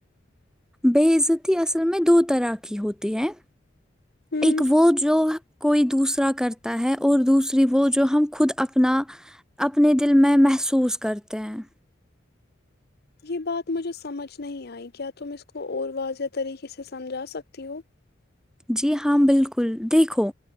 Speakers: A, in the centre; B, on the left.
A: بےعزتی اصر میں دو طرح کی ہوتی ہیں
B: ہوں
A: ایک وہ جو کوئی دوسرا کرتا ہے اور دوسری وہ جو ہم خود اپنا اپنے دل میں محسوس کرتے ہیں
B: یہ بات مجھے سمجھ نہیں آئی کیا تم اس کو اور واضح طریقے سے سمجھا سکتی ہو
A: جی ہاں بالکل دیکھو